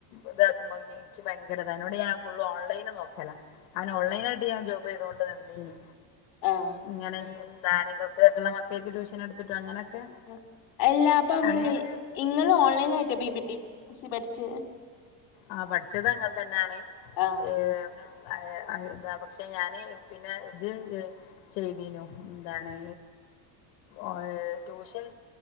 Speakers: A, on the left; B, on the left.
A: ഇതാക്കുമ്പോ ഇന്ക്ക് ഭയങ്കരതാണ് അനോട് ഞാൻ ഫുള്ള് ഓൺലൈന് നോക്കല ങ്ങനെ ഓൺലൈന് ആയിട്ട് ഞാൻ ജോബ് ചെയ്തോണ്ട് നിന്നീ നു
B: ആഹ്
A: ഇങ്ങനെ <unintelligible> മക്കേക്ക് ട്യൂഷനെട് ത്തിട്ടും അങ്ങനൊക്കെ
B: ഉം എല്ലാ അപ്പ നമ്മള്
A: അങ്ങനെ
B: ഇങ്ങള് ഓൺലൈനായിട്ടേ പി പി ടി സി പഠിചെഹ്
A: ആഹ് പഠിച്ചത് അങ്ങൻതന്നാണ്
B: ആഹ്
A: ഏഹ് അഹ് അഹ് ദാ പക്ഷെ ഞാന് പിന്നെ ഇത് ചെയ്തീനു എന്താണ് ഓൺല് ടൂഷൻ